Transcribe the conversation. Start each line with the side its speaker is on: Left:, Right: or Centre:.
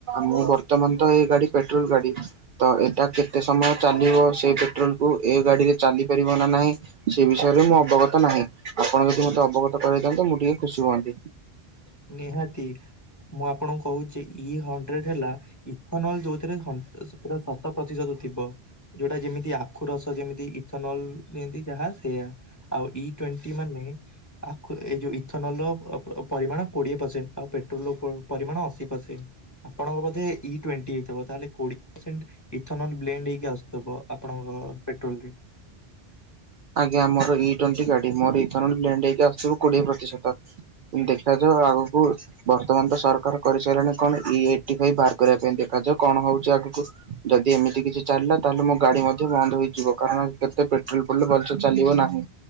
Right: ମୁ ବର୍ତ୍ତମାନ ତ ଏଇ ଗାଡି ପେଟ୍ରୋଲ ଗାଡି ତ ଏଇଟା କେତେ ସମୟ ଚାଲିବ ସେ ପେଟ୍ରୋଲ କୁ ଏ ଗାଡିରେ ଚାଲି ପାରିବ ନା ନାହିଁ ସେ ବିଷୟରେ ମୁଁ ଅବଗତ ନାହିଁ। ଆପଣ ଯଦି ମତେ ଅବଗତ କରାଇେଇଥାନ୍ତେ ମୁଁ ଟିକେ ଖୁସି ହୁଅନ୍ତି।
Left: ନିହାତି ମୁଁ ଆପଣଙ୍କୁ କହୁଛି ଇ ହଣ୍ଡ୍ରେଡ ହେଲା ଇଥନଲ ଯୋଉ ଏଥିରେ ପୁରା ଶତ ପ୍ରତିଶତ ଥିବ। ଯୋଉଟା ଯେମିତି ଆଖୁ ରସ ଯେମିତି ଇଥନଲ ସେମିତି ଯାହା ସେଇୟା। ଆଉ ଇ ଟେଣ୍ଟି ମାନେ ଆଖୁ ଏ ଯୋଉ ଇଥନଲ ପ ପ ପରିମାଣ କୋଡିଏ ପରସେଣ୍ଟ ଆଉ ପରିମାଣ ଅଶି ପରସେଣ୍ଟ। ଆପଣଙ୍କ ବୋଧେ ଇ ଟ୍ୱେଣ୍ଟି ହେଇଥିବ ତାହେଲେ କୋଡିଏ ପରସେଣ୍ଟ ଇଥନା ତମର ବ୍ଲେଣ୍ଡ ହେଇକି ଆସୁଥିବ ଆପଣଙ୍କ ପେଟ୍ରୋଲରେ
Right: ଆଜ୍ଞା ଆମର ଇ ଟ୍ୱେଣ୍ଟି ଗାଡି। ମୋର ଇଥାନଲ ବେଣ୍ଡ ହେଇକି ଆସୁଚି କୋଡିଏ ପ୍ରତିଶତ। ଇଣ୍ଡେ ଆଗକୁ ବର୍ତ୍ତମାନ ତ ସରକାର କରିସାରିଲାଣି କଣ ଇ ଏଟି ଫାଇଭ ବାହାର କରିବା ପାଇଁ ଦେଖାଯାଉ କଣ ହଉଚି। ଯି ଆଗକୁ ଯଦି ଏମିତି କିଛି ଚାଲିଲା ତାହେଲେ ମୋ ଗାଡି ମଧ୍ୟ ବନ୍ଦ ହେଇଯିବ କାରଣ କେତେ ପେଟ୍ରୋଲ ଭଲସେ ଚାଲିବ ନାହିଁ।